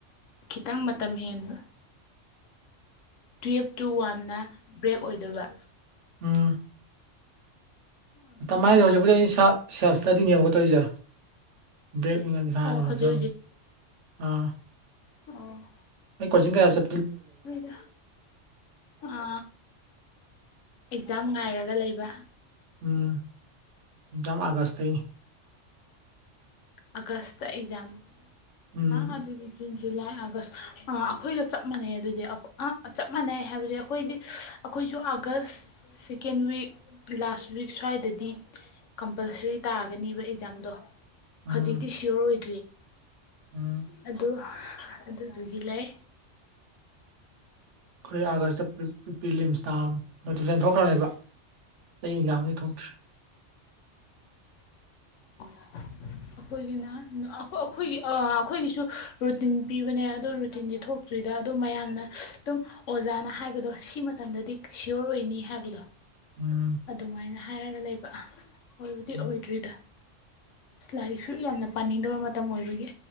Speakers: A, on the left; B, on the right.
A: ꯈꯤꯇꯪ ꯃꯇꯝ ꯍꯦꯟꯕ ꯇꯨꯋꯞ ꯇꯨ ꯋꯥꯟꯗ ꯕ꯭ꯔꯦꯛ ꯑꯣꯏꯗꯣꯏꯕ
B: ꯎꯝ
A: ꯑꯗꯨꯒꯤ
B: ꯃꯥꯏꯁꯦ ꯍꯧꯖꯤꯛꯄ ꯑꯩ ꯏꯁꯥ ꯄꯁꯥ ꯄꯁꯥꯗꯤꯅꯤꯌꯝꯒ ꯇꯔꯤꯖꯥ ꯕꯦꯛ ꯈꯒ
A: ꯑꯣ
B: ꯂꯧꯖ
A: ꯍꯧꯖꯤꯛ
B: ꯑꯥ
A: ꯎꯝ
B: ꯈꯨꯣꯏꯤꯡꯌꯥꯁꯦ
A: ꯍꯣꯏꯗ ꯑꯥ ꯑꯦꯛꯖꯥꯝ ꯉꯥꯏꯔꯒ ꯂꯩꯕ
B: ꯎꯝ ꯌꯥꯝꯝ ꯑꯒꯁ
A: ꯑꯒꯁꯇ ꯑꯦꯛꯖꯥꯝ
B: ꯎꯝ
A: ꯑ ꯍꯥꯏꯗꯗꯤ ꯆꯨꯟ ꯖꯨꯂꯥꯏ ꯑꯥꯒꯁ ꯑꯥ ꯑꯩꯈꯣꯏꯒ ꯆꯞ ꯃꯥꯟꯅꯩ ꯑꯗꯨꯗꯤ ꯑ ꯆꯞ ꯃꯥꯟꯅꯩ ꯍꯥꯏꯕꯗꯤ ꯑꯩꯈꯣꯏꯗꯤ ꯑꯩꯈꯣꯏꯁꯨ August second week last week ꯁ꯭ꯋꯥꯏꯗꯗꯤ ꯀꯝꯄꯜꯁꯔꯤ ꯇꯥꯒꯅꯦꯕ ꯑꯦꯛꯖꯥꯝꯗꯣ
B: ꯎꯝ
A: ꯍꯧꯖꯤꯛꯇꯤ ꯁꯤꯌꯣꯔ ꯑꯣꯏꯗꯦ
B: ꯎꯝ
A: ꯇꯦ ꯑꯗꯨ ꯑꯗꯨꯗꯨꯒꯤ ꯂꯩ
B: ꯑꯩꯈꯣꯔ ꯑꯥꯒꯁꯇ ꯄꯤꯂꯤꯝꯁꯇꯥꯝ ꯅꯣꯇꯤꯐꯤꯀꯦꯁꯟ ꯊꯣꯛꯈ꯭ꯔꯕꯅꯦꯕ ꯆꯍꯤ ꯑꯦꯖꯥꯝꯅꯤ ꯊꯨꯡ
A: ꯑꯩꯈꯣꯏꯒꯤꯅ ꯑꯩꯈꯣꯏꯒꯤ ꯑꯩꯈꯣꯏꯒꯤꯁꯨ ꯔꯨꯇꯤꯟ ꯄꯤꯕꯅꯦ ꯑꯗꯨ ꯔꯨꯇꯤꯟꯗꯤ ꯊꯣꯛꯇ꯭ꯔꯤꯗ ꯑꯗꯨꯝ ꯃꯌꯥꯝꯅ ꯑꯗꯨꯝ ꯑꯣꯖꯥꯅ ꯍꯥꯏꯕꯗꯣ ꯁꯤ ꯃꯇꯝꯗꯗꯤ ꯁꯤꯌꯣꯔ ꯑꯣꯏꯅꯤ ꯍꯥꯏꯕꯗꯣ
B: ꯎꯝ
A: ꯑꯗꯨꯃꯥꯏꯅ ꯍꯥꯏꯔꯒ ꯂꯩꯕ ꯑꯣꯏꯔꯗꯤ
B: ꯎꯝ
A: ꯑꯣꯏꯗ꯭ꯔꯤꯗ ꯂꯥꯏꯔꯤꯛꯁꯨ ꯌꯥꯝꯅ ꯄꯥꯅꯤꯡꯗꯕ ꯃꯇꯝ ꯑꯣꯏꯕꯒꯤ